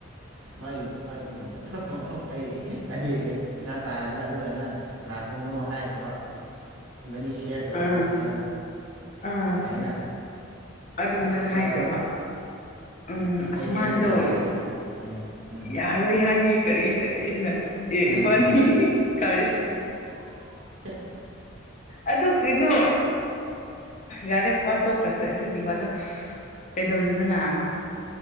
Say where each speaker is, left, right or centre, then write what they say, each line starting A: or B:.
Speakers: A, on the right (about 80°); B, on the left (about 35°).
A: ꯥꯏꯥꯏ ꯑꯩꯩ ꯇꯥꯕ ꯑꯗꯨꯒ ꯅꯪ ꯂꯥꯁꯇ ꯅꯣ ꯍꯥꯏꯈ꯭ꯔꯕ ꯕꯅꯤ ꯁꯦꯌꯥꯔ ꯇꯧꯔꯁꯤ
B: ꯑꯥ
A: ꯁꯥꯗꯣ
B: ꯑꯥ
A: ꯌꯥꯏꯅ
B: ꯑꯗꯨꯒ
A: ꯑꯁ
B: ꯅꯪ
A: ꯆꯞ ꯆꯥꯔꯦ
B: ꯍꯥꯏꯗꯕ ꯎꯝ
A: ꯑꯁ
B: ꯑꯁꯃꯥꯗꯣ
A: ꯑꯩ ꯍꯥꯏꯕꯤꯔꯒꯦ ꯌꯥꯔꯅꯤ ꯌꯥꯔꯅꯤ ꯍꯥꯏꯔꯒ ꯎꯝ
B: ꯌꯥꯔꯣꯏ ꯍꯥꯏꯌꯦ ꯀꯔꯤ ꯏꯟꯅ ꯏ
A: ꯑꯥ
B: ꯏꯕꯥꯅꯤ ꯀꯔ
A: <inaudible>
B: ꯑꯗꯨ ꯀꯩꯅꯣ ꯌꯥꯔꯦ ꯋꯥꯠꯇꯣꯛꯈ꯭ꯔꯥ ꯆꯠꯂ ꯑꯗꯨꯒꯤ ꯋꯥꯗ ꯀꯩꯗꯧꯔꯤꯅꯣꯅꯥ